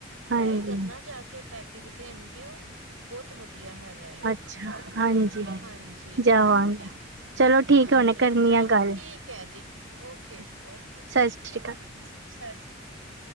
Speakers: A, on the right (about 85°); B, on the right (about 60°).
A: ਟਰਾਈ
B: ਹਾਂਜੀ
A: ਕਰਨਾ ਜਾ ਕੇ ਪੈਕੇਜ ਦੇਣਗੇ ਓ ਬਹੁਤ ਵਧੀਆ ਹੈਗਾ ਏ ਓ।
B: ਅੱਛਾ ਹਾਂਜੀ!
A: ਹਾਂਜੀ,
B: ਜਾਵਾਂਗਾ
A: ਹਾਂਜੀ,
B: ਚਲੋ ਠੀਕ
A: ਹਾਂਜੀ
B: ਹੈ ਹੁਣੇ ਕਰਨੀ
A: ਚਲੋ
B: ਆ ਗੱਲ
A: ਠੀਕ ਐ ਜੀ ਓਕੇ ਜੀ, ਓਕੇ ਜੀ
B: ਸਤਿ ਸ਼੍ਰੀ ਅਕਾਲ
A: ਸਤਿ ਸ੍ਰੀ ਅਕਾਲ ਜੀ।